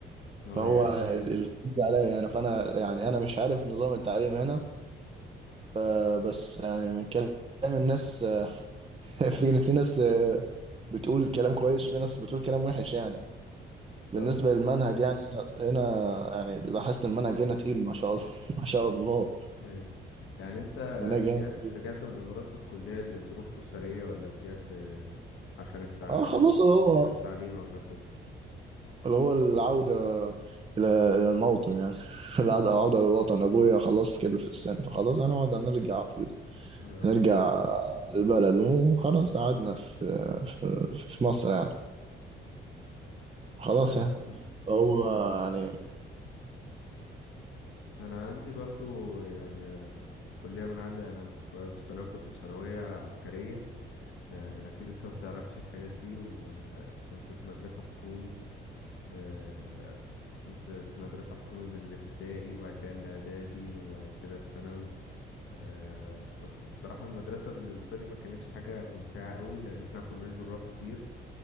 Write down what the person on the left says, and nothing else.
اه
يعني
طب
ايوه يعني انت
رجعت
رجعت من الامارات في الكلية لظروف اسرية ولا رجعت آه، عشان التع...
عشان
عشان التعليم عامة
اه
آه،
انا عندي برضو يعني أنا في الكلية من عندي انا في الثانوية كنت في ثانوية عسكرية آه، أكيد أنت ما تعرفش الحاجات دي وكنت في مدرسة حكومي آه، كنت في مدرسة حكومي من الابتدائي وبعد كده الإعدادي وبعد كده الثانوي آه، ف- بصراحة المدرسة بالنسبة لي ما كانتش حاجة ممتعة قوي لأن احنا ما كناش بنروح كتير